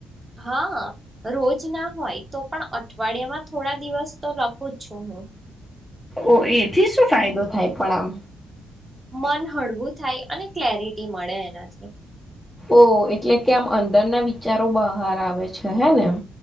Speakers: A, on the right; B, in the centre.
A: હા રોજ ના હોય તો પણ અઠવાડિયા માં થોડા દિવસ તો લખું જ છું હહ
B: ઓ એથી શું ફાયદો થાય પણ આમ
A: મન હળવું થાય અને ક્લેરિટી મળે એનાથી
B: ઓહ એટલે કે આમ અંદરના વિચારો બહાર આવે છે હે નેમ